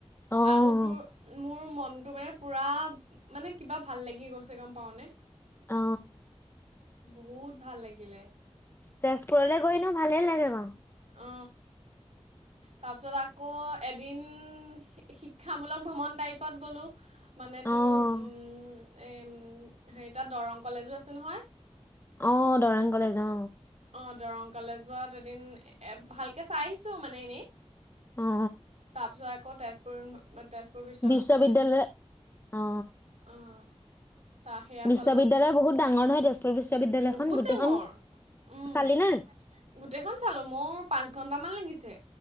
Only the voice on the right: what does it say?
আৰু তোৰ মোৰ মনটো মানে পূৰা, মানে কিবা ভাল লাগি গৈছে গম পাওঁ নে।
বহুত ভাল লাগিলে।
অ। তাৰপিছত আকৌ এদিন, শি শিক্ষামূলক ভ্ৰমণ টাইপত গলোঁ। মানে
তোৰ উম এই উম হেৰি তাত দৰং কলেজো আছে নহয়।
অ দৰং কলেজত এদিন এ ভালকৈ চাই আহিছোঁ মানে এনেই।
তাৰপিছত আকৌ তেজপুৰ ই মই তেজপুৰ বি
অঁ তাৰ সেয়া
চালোঁ
বহুত
ডাঙৰ উম।
গোটেইখন চালোঁ, মোৰ পাঁচ ঘণ্টামান লাগিছে।